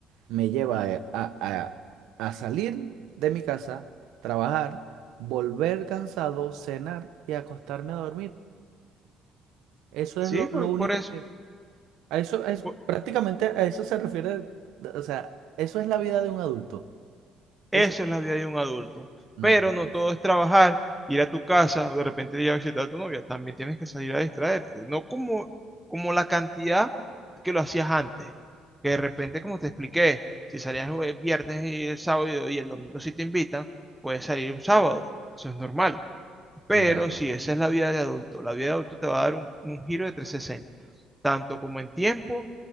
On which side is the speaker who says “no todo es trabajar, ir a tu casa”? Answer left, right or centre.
Centre